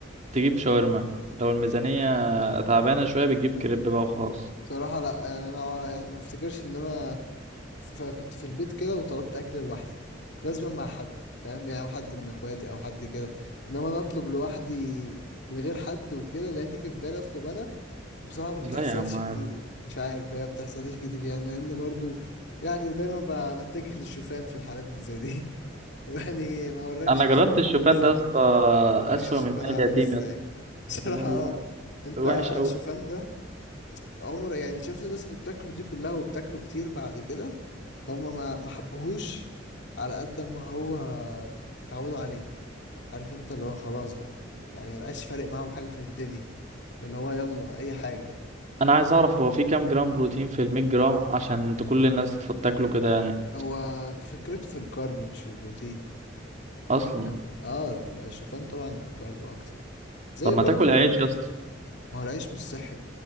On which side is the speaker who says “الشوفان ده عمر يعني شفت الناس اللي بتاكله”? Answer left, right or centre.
Left